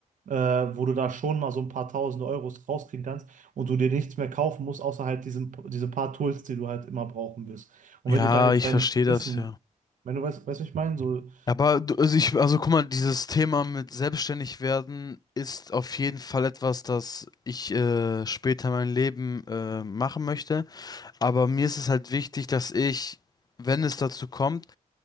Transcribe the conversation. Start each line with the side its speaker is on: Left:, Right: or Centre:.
Right: äh, wo du da schon mal so ein paar tausend Euros rauskriegen kannst und du dir nichts mehr kaufen musst, außer halt diesen, diese paar Tools, die du halt immer brauchen wirst. Und
Left: Ja,
Right: wenn du deine,
Left: ich
Right: dein
Left: verstehe
Right: Wissen,
Left: das, ja.
Right: wenn du weißt, weißt, was ich meine, so
Left: Aber du- also ich, also guck mal, dieses Thema mit selbstständig werden ist auf jeden Fall etwas, das ich äh, später mein Leben äh, machen möchte. Aber mir ist es halt wichtig, dass ich, wenn es dazu kommt,